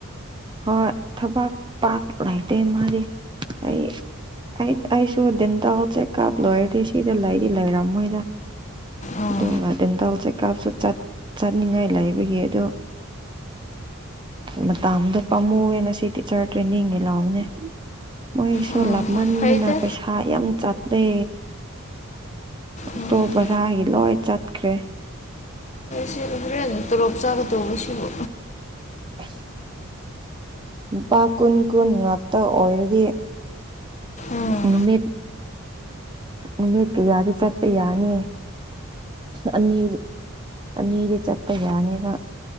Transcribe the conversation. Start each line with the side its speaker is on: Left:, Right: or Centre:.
Right: ꯍꯣꯏ ꯊꯕꯛ ꯄꯥꯛ ꯂꯩꯇꯦ ꯃꯥꯗꯤ ꯑꯩ ꯑꯩ ꯑꯩꯁꯨꯗꯟ ꯇ ꯆꯦꯛꯀꯞ ꯂꯣꯏꯔꯤꯁꯤꯗ ꯂꯩꯗꯤ ꯂꯩꯔꯝꯣꯏꯗ
Left: ꯑꯣ
Right: ꯑꯗꯨꯒ ꯗꯦꯟꯇꯦꯜ ꯆꯦꯛꯑꯞꯁꯨ ꯆꯠꯅꯤꯡꯉꯥꯏ ꯂꯩꯕꯒꯤ ꯑꯗꯨ ꯃ ꯇ ꯑꯃꯗ ꯄꯥꯝꯃꯨꯦꯅ ꯁꯤ ꯇꯤꯆꯔ ꯇ꯭ꯔꯦꯅꯤꯡꯒꯤ ꯂꯥꯛꯑꯣꯅꯦ ꯃꯣꯏꯒꯤ ꯁꯣ
Left: ꯑꯥ
Right: ꯂꯥꯞꯍꯟꯗꯅ
Left: ꯍꯣꯏ ꯐꯩꯗ
Right: ꯄꯩꯁꯥ ꯌꯥꯝ ꯆ ꯑ ꯑꯣꯛꯇꯣ
Left: ꯎꯝ
Right: ꯚꯔꯥꯒꯤ ꯂꯣꯏ ꯆꯠꯈ꯭ꯔꯦ
Left: ꯁꯤ ꯍꯣꯔꯦꯟ ꯇꯣꯂꯣꯞ ꯆꯥꯒꯗꯧꯕ ꯁꯤꯕꯨ
Right: ꯎ ꯂꯨꯄꯥ ꯀꯨꯟ ꯀꯨꯟ ꯉꯥꯛꯇ ꯑꯣꯏꯔꯗꯤ
Left: ꯎꯝ
Right: ꯅꯨꯃꯤꯠ ꯅꯨꯃꯤꯠ ꯀꯌꯥꯗꯤ ꯆꯠꯄ ꯌꯥꯅꯤꯌꯦ ꯑꯅꯤ ꯑꯅꯤꯗꯤ ꯆꯠꯄ ꯌꯥꯅꯦꯕ